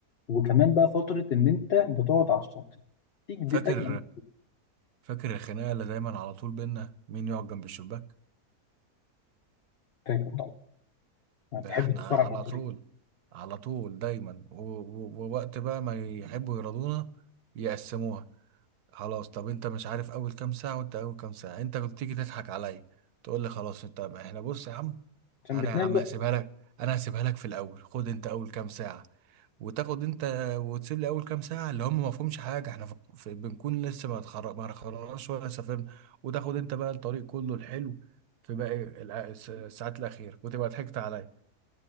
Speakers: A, on the left; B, on the right.
A: وكمان بقى فترة إن أنت بتقعد على الشاطئ تيجي دي
B: فاكر
A: ده جميل
B: فاكر الخناقه اللي دايما على طول بينا مين يقعد جنب الشباك
A: فاكر طبعا ما
B: ده
A: بتحب
B: احنا
A: تتفرج
B: على
A: على الطريق
B: طول على طول دايما و... و... ووقت بقى ما يحبوا يرضونا يقسموها خلاص طب انت مش عارف اول كام ساعة وانت اول كام ساعة انت كنت تيجي تضحك عليا تقول لي خلاص انت ما احنا بص يا عم
A: عشان
B: انا
A: بتنام
B: يا عم
A: بقى
B: هسيبها لك انا هسيبها لك في الاول خد انت اول كام ساعة وتاخد انت وتسيب لي اول كام ساعة اللي هم ما فيهمش حاجة احنا في... في... بنكون لسه ما اتخرج ما اتخرجناش ولا سافرنا وتاخد انت بقى الطريق كله الحلو في باقي الع- الس- الساعات الأخيرة وتبقى ضحكت عليا